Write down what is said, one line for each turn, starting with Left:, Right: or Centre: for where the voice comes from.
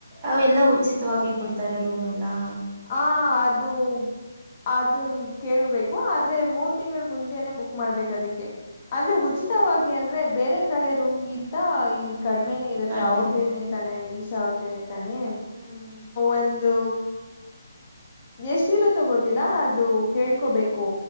Right: ಅವೆಲ್ಲಾ ಉಚಿತವಾಗಿ ಕೊಡ್ತಾರ ರೂಮ್ ಎಲ್ಲಾ
Left: ಹಾ ಅದು ಅದನ್ ಕೇಳ್ಬೇಕು ಆದ್ರೆ ಮೂರ್ ತಿಂಗಳು ಮುಂಚೆನೆ ಬುಕ್ ಮಾಡ್ಬೇಕ ಅದಕ್ಕೆ ಅಂದ್ರೆ ಉಚಿತವಾಗಿ ಅಂದ್ರೆ ಬೇರೆ ಕಡೆ ರೂಮ್ಗಿಂತ ಇಲ್ ಕಡಿಮೆನೇ ಇರುತ್ತೆ
Right: ಕಡಿಮೆ
Left: ಅವ್ರದೇನೇ
Right: ಇರುತ್ತೆ
Left: ತಾನೆ ಈಶಾ ಅವ್ರದ ನೇ ತಾನೆ
Right: ಹ್ಮ್
Left: ಒಂದು
Right: <inaudible>
Left: ಎಷ್ಟ ಇರುತ್ತೋ ಗೊತ್ತಿಲ್ಲ ಅದು ಕೇಳ್ಕೋಬೇಕು